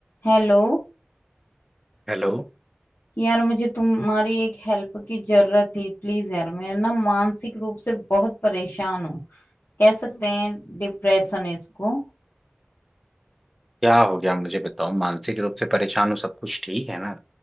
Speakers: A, on the left; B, in the centre.
A: Hello
B: Hello
A: यार मुझे तुम्हारी एक हेल्प की जरूरत थी प्लीज यार मैं ना मानसिक रूप से बहुत परेशान हूँ कह सकते हैं डिप्रेशन है इसको
B: क्या हो गया मुझे बताओ मानसिक रूप से परेशान हो सब कुछ ठीक है ना